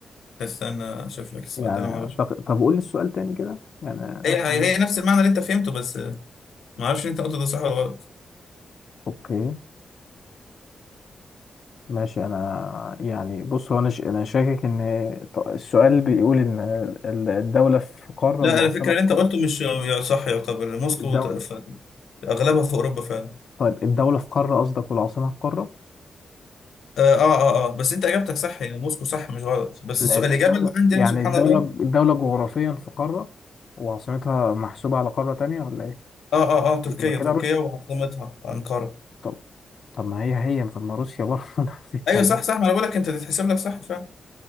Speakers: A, on the left; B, on the left.
A: بس أنا أشوف لك السؤال
B: يعني
A: ده أنا معرفش
B: طب, طب قول لي السؤال تاني كده يعني
A: هي
B: افهم
A: هي
B: ده.
A: هي نفس المعنى اللي أنت فهمته بس ما اعرفش انت قلت ده صح ولا غلط
B: اوكي ماشي انا يعني بص هو انا ش- انا شاكك ان ط- السؤال بيقول ان ال- الدوله في قاره
A: لا
B: والعاصمه
A: على فكره اللي
B: في
A: انت
B: قاره
A: قلته مش يا صح يعتبر موسكو
B: الدوله
A: ت- ف- اغلبها في اوروبا فعلا
B: طيب الدوله في قاره قصدك والعاصمه في قاره
A: اه اه اه, آه. بس انت اجابتك صح يعني موسكو صح مش غلط بس
B: لأن
A: السؤال الاجابه
B: الدولة
A: اللي عندي
B: يعني
A: انا سبحان
B: الدولة
A: الله
B: الدولة جغرافيا في قارة وعاصمتها محسوبة على قارة تانية ولا إيه؟
A: اه اه اه تركيا
B: يبقى كده
A: تركيا
B: روسيا
A: وعاصمتها انقره
B: طب طب ما هي هي طب ما روسيا برضه <laughs> نفس الكلام
A: ايوه صح صح ما انا بقول لك انت تتحسب لك صح فعلا